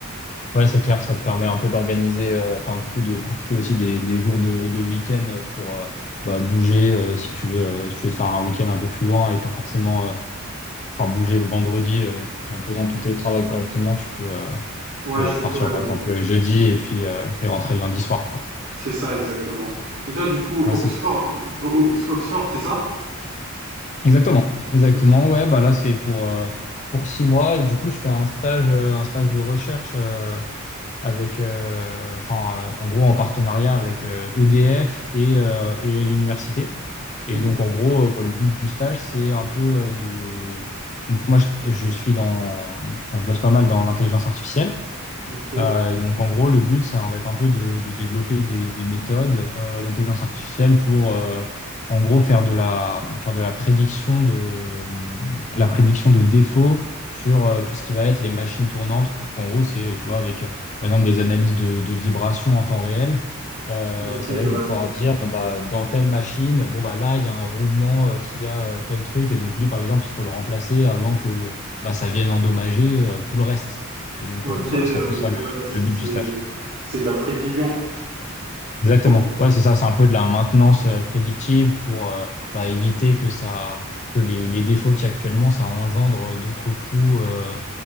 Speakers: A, on the left; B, on the right.
A: Ouais, c'est clair, ça te permet un peu d'organiser, euh, enfin, du coup, de profiter aussi des, des jours de, de week-end pour euh, bah, bouger euh, si tu veux, euh, si tu veux te faire un week-end un peu plus loin et pas forcément, euh, enfin, bouger le vendredi euh, en posant ton télétravail correctement, tu peux, euh,
B: Ouais,
A: tu peux le-
B: je suis,
A: partir
B: ouais, ouais,
A: par exemple le jeudi et puis euh, et rentrer le lundi soir, quoi.
B: c'est ça exactement. Et toi, du coup,
A: Ouais,
B: Oxford,
A: c'est
B: O- O- Oxford, c'est ça?
A: exactement, exactement.
B: Ok.
A: Ouais, bah là, c'est pour euh, pour six mois et du coup, je fais un stage, euh, un stage de recherche. euh, avec, euh, enfin, euh, en gros, en partenariat avec euh, EDF et, euh, et l'université. Et
B: Mhm.
A: donc, en gros, euh, bah, le but du stage, c'est un peu euh, de. donc, moi, je, je suis dans. Enfin, je bosse pas mal dans l'intelligence artificielle.
B: Ok,
A: Euh, et donc, en gros, le but, ça va être un peu de, de développer des, des méthodes euh, d'intelligence artificielle pour, euh, en gros, faire de la, faire de la prédiction de, la prédiction de défauts sur euh, tout ce qui va être les machines tournantes. En gros, c'est, euh, tu vois, avec, euh, par exemple, des analyses de, de vibrations en temps réel. Euh,
B: ok,
A: ça va être de
B: ouais.
A: pouvoir dire, bon, bah, dans telle machine, bon, bah, là, il y a un roulement euh, qui a euh, tel truc. Et donc, lui, par exemple, il faut le remplacer avant que bah, ça vienne endommager euh, tout le reste. Et donc,
B: OK,
A: euh, bon, voilà,
B: heu,
A: c'est un peu
B: donc
A: ça
B: ouais, c'est
A: le but du stage.
B: c'est de la prévision
A: Exactement.
B: pour
A: Ouais, c'est ça. C'est un peu de la maintenance euh, prédictive pour euh, bah, éviter que ça, que les, les défauts qu'il y a actuellement, ça engendre euh, d'autres coûts euh,